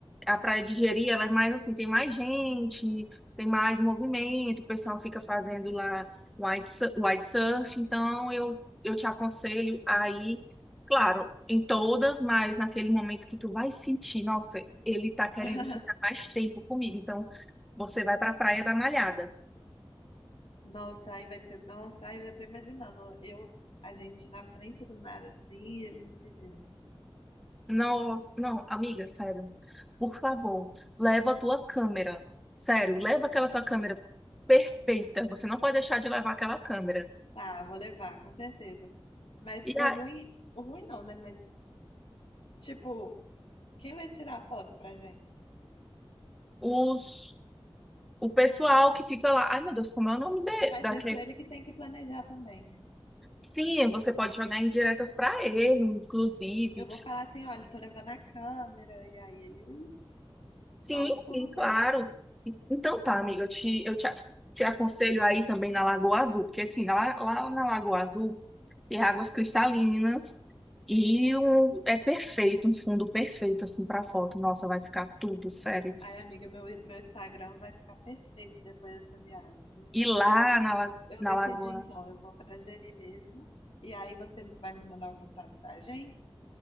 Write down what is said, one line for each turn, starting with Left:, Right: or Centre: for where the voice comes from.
Centre: A Praia de Jeri, ela é mais assim, tem mais gente, tem mais movimento, o pessoal fica fazendo lá wide, su- wide surf, então eu, eu te aconselho aí. Claro, em todas, mas naquele momento que tu vai sentir, nossa, ele tá querendo
Left: <laughs>
Centre: ficar mais tempo comigo, então você vai pra Praia da Malhada.
Left: Nossa, aí vai ser. Nossa, aí eu já tô imaginando. Eu, a gente na frente do mar, assim, e ele me pedindo.
Centre: Nossa, não, amiga, sério, por favor, leva a tua câmera, sério, leva aquela tua câmera perfeita, você não pode deixar de levar aquela câmera.
Left: Tá, vou levar, com certeza. Mas
Centre: E
Left: o
Centre: aí,
Left: ruim, o ruim não, né? Mas, tipo, quem vai tirar a foto pra gente?
Centre: os, o pessoal que fica lá, ai meu Deus, como é o nome de,
Left: Mas
Centre: daquele...
Left: isso ele que tem que planejar também, né?
Centre: Sim, você pode jogar indiretas pra ele, inclusive.
Left: Eu vou falar assim, olha, tô levando a câmera, e aí ele
Centre: Sim,
Left: dá os pulos
Centre: sim, claro.
Left: dele.
Centre: Então tá, amiga, eu te, eu te, te aconselho aí também na Lagoa Azul, porque assim, lá, lá na Lagoa Azul tem águas cristalinas e um, é perfeito, um fundo perfeito assim para foto. Nossa, vai ficar tudo sério.
Left: Ai, amiga, meu, meu Instagram vai ficar perfeito depois dessa viagem, viu?
Centre: E lá
Left: Eu acho que
Centre: na, La-
Left: eu, eu
Centre: na
Left: decidi,
Centre: Lagoa.
Left: então, eu vou para Jeri mesmo, e aí você vai me mandar o contato da agência?